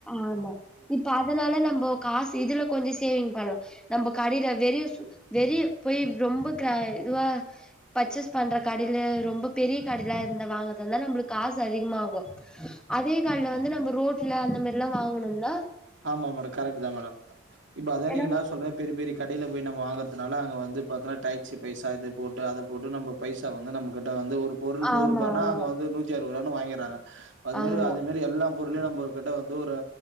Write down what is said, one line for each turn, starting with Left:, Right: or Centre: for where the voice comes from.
Centre: ஆமா இப்ப அதனால நம்போ காசு இதுல கொஞ்சோ சேவிங் பண்லா நம்ம கடையில வெறியு வெறிய போய் ரொம்ப கிரா இதுவா பர்ச்சேஸ் பண்ற கடைல ரொம்ப பெரிய கடைலா இருந்த வாங்கதுந்தா நம்பளுக்கு காசு அதிகமாகு அதே கடைல்ல வந்து நம்ம ரோட்ல அந்த மாரில்லா வாங்கணோம்னா
Right: ஆமா மேடம் கரெக்ட்டு தா மேடம் இப்ப அதா
Centre: ஏனா
Right: நீங்க என்னா சொல்ற பெரிய பெரிய கடைல போய நம்ம வாங்கறதுனால அங்க வந்து பாத்துனா டாக்சி பைசா இது போட்டு அத போட்டு நம்ம பைசா வந்து நம்ம கிட்ட வந்து ஒரு பொருள் நூறுபானா
Centre: ஆமா ஆமா
Right: அங்க வந்து நூத் தி அறுவது ரூவானு வாங்கிறாங்க அது மரி
Centre: ஆமா
Right: அதுமாரி எல்லா பொருளையு நம்ம கிட்ட வந்து ஒரு